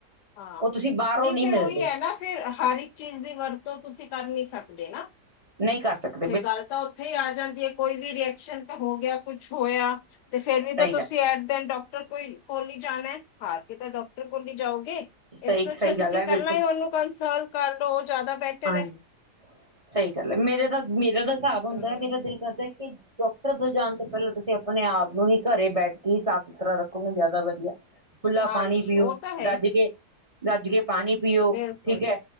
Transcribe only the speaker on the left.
ਹਾਂ,
ਨਹੀਂ ਫੇਰ
ਉਹੀ ਹੈ ਨਾ ਫਿਰ, ਹਰ ਇੱਕ ਚੀਜ਼ ਦੀ ਵਰਤੋਂ ਤੁਸੀਂ ਕਰ ਨੀ ਸਕਦੇ ਨਾ।
ਸਹੀ ਗੱਲ ਤਾਂ ਉੱਥੇ ਹੀ ਆ ਜਾਂਦੀ ਹੈ, ਕੋਈ ਵੀ ਰੀਐਕਸ਼ਨ ਤੇ ਹੋ ਗਿਆ, ਕੁਛ ਹੋਇਆ ਤੇ ਫੇਰ ਵੀ
ਤਾਂ
ਤੁਸੀਂ ਐਟ ਦ ਐਂਡ ਡਾਕਟਰ ਕੋਈ ਕੋਲ ਹੀ ਜਾਣਾ, ਹਾਰ ਕੇ ਤਾਂ ਡਾਕਟਰ ਕੋਲ ਨੀ ਜਾਓਗੇ। ਇਸ
ਤੋਂ ਅੱਛਾ
ਤੁਸੀਂ
ਪਹਿਲਾਂ
ਹੀ ਉਹਨੂੰ ਕੰਸਲਟ ਕਰ ਲਓ ਜ਼ਿਆਦਾ ਬੈਟਰ
ਹੈ
ਹਮ
ਹਾਂਜੀ
ਉਹ ਤਾਂ ਹੈ
ਹੀ
ਬਿਲਕੁਲ